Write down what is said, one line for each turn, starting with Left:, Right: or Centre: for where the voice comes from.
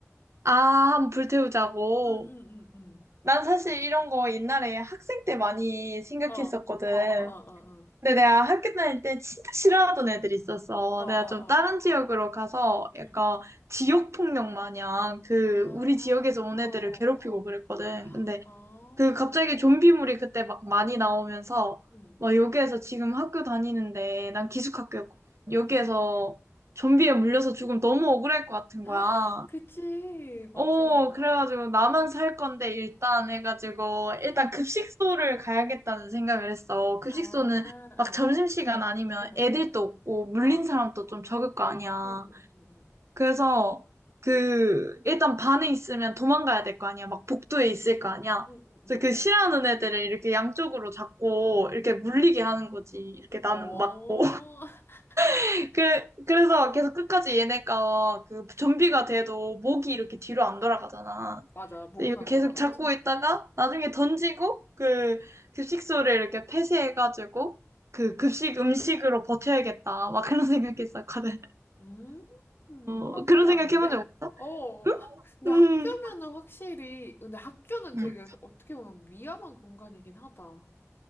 Right: 아, 한번 불 태우자고.
Left: 응, 응, 응, 응.
Right: 난 사실 이런 거 옛날에 학생 때 많이 생각했었거든.
Left: 어, 어, 어, 어,
Right: 근데 내가 학교 다닐 때 진짜 싫어하던 애들이 있었어.
Left: 어, 어,
Right: 내가
Left: 어,
Right: 좀 다른
Left: 어.
Right: 지역으로 가서 약간
Left: 응,
Right: 지역폭력 마냥 그
Left: 아,
Right: 우리 지역에서
Left: 어,
Right: 온 애들을
Left: 어, 어,
Right: 괴롭히고 그랬거든. 근데
Left: 어. 어.
Right: 그 갑자기 좀비물이 그때 막 많이 나오면서
Left: 응,
Right: 막 여기에서 지금 학교 다니는데 난 기숙학교였거든.
Left: 응,
Right: 여기에서
Left: 응. 응.
Right: 좀비에 물려서 죽으면 너무 억울할 것 같은
Left: <gasps> 아,
Right: 거야.
Left: 그치, 맞아.
Right: 어, 그래가지고 나만 살 건데 일단 해가지고 일단
Left: 응.
Right: 급식소를 가야겠다는 생각을 했어. 급식소는
Left: 아,
Right: 막
Left: 응,
Right: 점심시간 아니면
Left: 응,
Right: 애들도
Left: 응.
Right: 없고 물린
Left: 어.
Right: 사람도 좀 적을 거 아니야.
Left: 응, 응, 응, 응,
Right: 그래서 그 일단 반에 있으면 도망가야 될 거 아니야. 막 복도에 있을 거 아니야.
Left: 응, 응, 응,
Right: 그래서 그
Left: 응.
Right: 싫어하는 애들을 이렇게 양쪽으로 잡고 이렇게
Left: 응.
Right: 물리게 하는 거지. 이렇게 나는
Left: 어,
Right: 맞고.
Left: <laughs>
Right: <laughs> 그래, 그래서 계속 끝까지 얘네가 그 좀비가 돼도 목이 이렇게 뒤로 안 돌아가잖아.
Left: 맞아. 목은
Right: 근데 이거
Left: 안
Right: 계속
Left: 돌아갔지.
Right: 잡고 있다가 나중에 던지고 그 급식소를 이렇게 폐쇄해가지고 그 급식 음식으로 버텨야겠다. 막 그런 생각했었거든.
Left: 음, 음,
Right: 어,
Left: 나쁘지
Right: 그런 생각
Left: 않은데?
Right: 해본 적 없어?
Left: 어,
Right: 응?
Left: 학- 근데 학교면은
Right: 응.
Left: 확실히, 근데 학교는
Right: 응.
Left: 되게 어떻게 보면 위험한 공간이긴 하다.